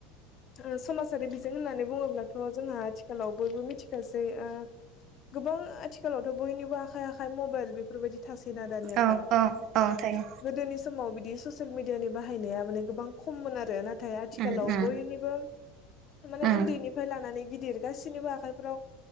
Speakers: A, on the left (about 35°); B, on the right (about 40°).
A: ओ समाजारि बिजों होननानै बुङोब्लाथ जोंहा आथिखालाव बयबो मिथिखासै ओ गोबां आथिखालावथ बयनिबो आखाइ आखाइ मबाइल बेफोरबायदि थासैना‌ दानियाथ
B: औ औ औ थायो
A: गोदोनि समाव बि बि ससियेल मिडिया नि बाहायनाया माने गोबां खममोन आरो नाथाय आथिखालाव
B: उम उम
A: बयनिबो माने
B: उम
A: उन्दैनिफ्राय लानानै गिदिर गासैनिबो आखाइफ्राव